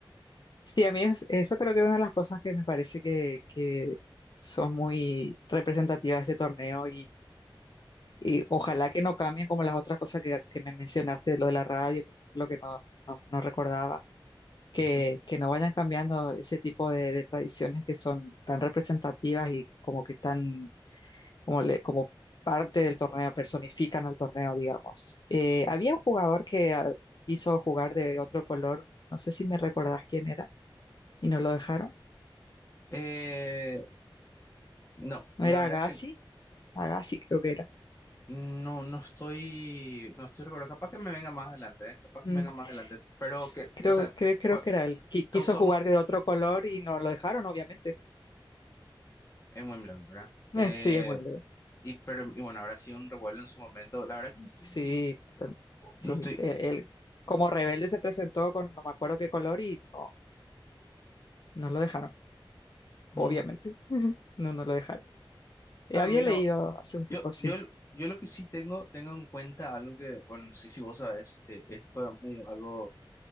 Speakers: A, on the left (about 55°); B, on the left (about 35°).
A: sí, a mí es- eso creo que es una de las cosas que me parece que, que son muy representativas de este torneo Y ojalá que no cambien como las otras cosas que, que me mencionaste, lo de la radio, por ejemplo, que no, no, no recordaba, que,
B: Ujú.
A: que no vayan cambiando ese tipo de, de tradiciones que son tan representativas y como que tan, como, le- como parte del torneo, personifican al torneo, digamos. Eh, había un jugador que ah, quiso jugar de otro color, no sé si me recordás quién era, y no lo dejaron.
B: Eh, no, la
A: ¿No era
B: verdad
A: Agassi?
B: que
A: Agassi creo que era.
B: no, no estoy, no estoy recordando. Capaz que me venga más adelante, ¿eh? Capaz que
A: Mm.
B: me venga más adelante. Pero
A: S-
B: que,
A: Creo,
B: o sea,
A: creo, creo
B: fue,
A: que era él. Qui- Quiso
B: causó
A: jugar
B: un,
A: de otro color y no lo dejaron, obviamente.
B: en Wimbledon, ¿verdad? Eh,
A: <laughs> Eh, Sí, en Wimbledon.
B: y, pero, y bueno, habrá sido un revuelo en su momento. La verdad que no estoy,
A: Sí, total- sí,
B: no estoy.
A: sí, sí, él como rebelde se presentó con no me acuerdo qué color y no, no lo dejaron,
B: mm.
A: obviamente. <laughs> No, no lo dejaron. Eh,
B: Ah,
A: había
B: mira,
A: leído hace un tiempo,
B: yo,
A: sí.
B: yo, yo lo que sí tengo, tengo en cuenta algo que, bueno, no sé si vos sabes, eh, esto fue medio, algo